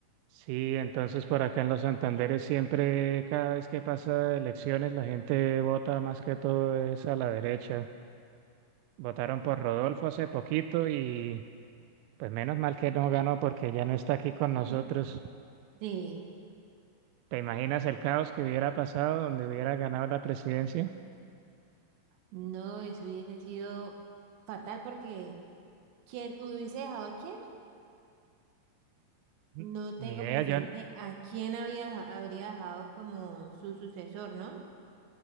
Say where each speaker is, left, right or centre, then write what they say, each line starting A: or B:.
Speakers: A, on the right (about 85°); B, on the right (about 70°).
A: Sí, entonces por acá en los Santanderes siempre, cada vez que pasa elecciones, la gente vota más que todo es a la derecha. Votaron por Rodolfo hace poquito y pues menos mal que no ganó porque ya no está aquí con nosotros.
B: Mm. Sí.
A: ¿Te imaginas el caos que hubiera pasado donde hubiera ganado la presidencia?
B: No, eso hubiese sido fatal porque ¿quién hubiese dejado a quién? No
A: N- Ni
B: tengo
A: idea,
B: presente
A: yo, n-
B: a quién había, deja- habría dejado como su sucesor, ¿no?